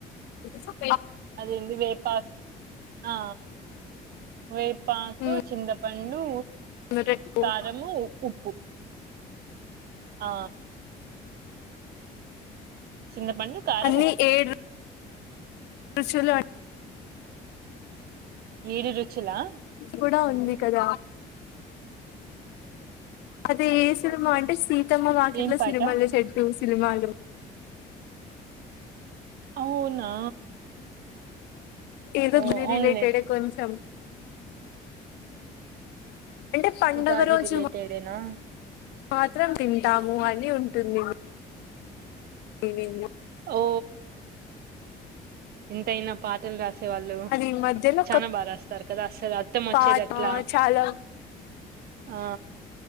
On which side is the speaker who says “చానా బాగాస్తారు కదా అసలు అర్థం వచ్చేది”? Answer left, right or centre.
Right